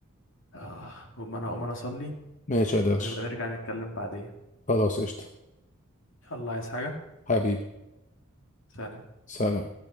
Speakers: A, on the left; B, on the left.
A: اه المهم انا اقوم انا اصلي
B: ماشي يا درش
A: ونبقى نرجع نتكلم بعدين
B: خلاص قشطه
A: يلا عايز حاجه
B: حبيبي
A: سلام
B: سلام